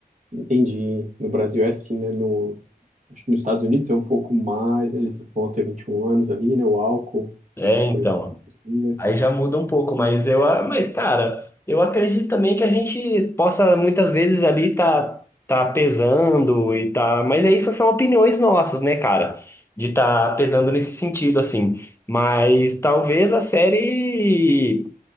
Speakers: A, on the right; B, on the left.
A: Entendi. No Brasil é assim, né? No, acho que nos Estados Unidos é um pouco mais, né? eles vão ter 21 anos ali, né? O álcool,
B: É,
A: alguma
B: então.
A: coisa do tipo assim, né?
B: Aí já muda um pouco, mas eu, a- mas cara, eu acredito também que a gente possa muitas vezes ali tá tá pesando e tá, mas é isso são opiniões nossas, né, cara? De tá pesando nesse sentido assim. Mas talvez a série